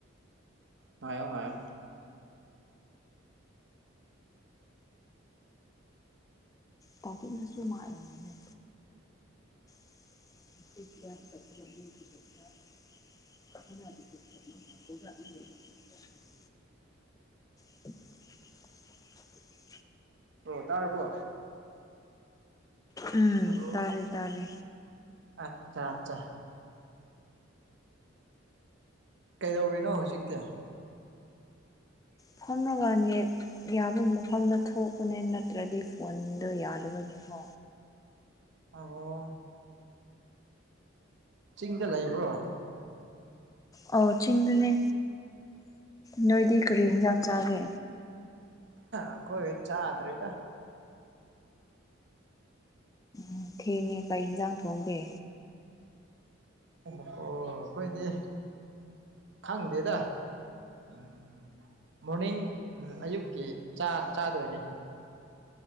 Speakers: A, on the right; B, on the left.
A: ꯉꯌꯣ ꯉꯌꯣ
B: ꯇꯥꯇꯛꯅꯁꯨ ꯃꯥꯥꯛꯅꯦ ꯌꯥ ꯂ ꯅꯥ ꯄꯨ ꯊꯅꯄꯂ ꯆꯦ <unintelligible> <inaudible>
A: ꯑꯣ ꯇꯥꯔꯕꯣ
B: ꯎꯝ
A: ꯍꯜꯂꯣ
B: ꯇꯥꯔꯦ ꯇꯥꯔꯦ
A: ꯑꯠꯆꯥ ꯑꯠꯆꯥ ꯀꯩꯗꯧꯔꯤꯅꯣ ꯍꯧꯖꯤꯛꯇꯤ ꯑ
B: ꯐꯝꯅꯕꯅꯦꯠ ꯌꯥꯕ ꯃꯐꯝꯗ ꯊꯣꯛꯄꯅꯦ ꯅꯠꯇ꯭ꯔꯗꯤ ꯐꯣꯟꯗꯣ ꯌꯥꯗꯕꯒꯤꯀꯣ
A: ꯑꯣ ꯆꯤꯡꯗ ꯂꯩꯕ꯭ꯔꯣ
B: ꯑꯣ ꯆꯤꯡꯗꯅꯦ ꯅꯣꯏꯗꯤ ꯀꯔꯤ ꯌꯦꯟꯖꯥꯡ ꯆꯥꯒꯦ
A: ꯑꯈꯣꯏ ꯆꯥꯗ꯭ꯔꯤꯗ
B: ꯎ ꯊꯦꯡꯉꯦ ꯀꯔꯤ ꯌꯦꯟꯖꯥꯡ ꯊꯣꯡꯒꯦ
A: ꯑꯣ ꯍꯣ ꯑꯩꯈꯣꯏꯗꯤ ꯈꯪꯗꯦꯗ ꯎꯝ ꯎꯝ ꯃꯣꯔꯅꯤꯡ ꯑꯌꯨꯛꯀꯤ ꯆꯥ ꯆꯥꯗꯣꯏꯅꯤ